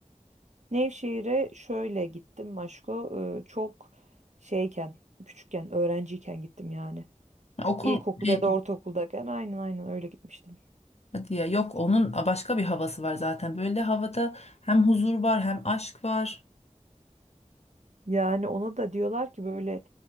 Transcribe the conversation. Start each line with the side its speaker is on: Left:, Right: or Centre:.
Right: Nevşehir'e şöyle gittim Maşko. Ee, çok şeyken, küçükken, öğrenciyken gittim yani.
Left: Okul
Right: İlkokul
Left: peki.
Right: ya da ortaokuldayken aynen aynen öyle gitmiştim.
Left: hadi ya yok onun başka bir havası var zaten. Böyle havada hem huzur var hem aşk var.
Right: Yani ona da diyorlar ki böyle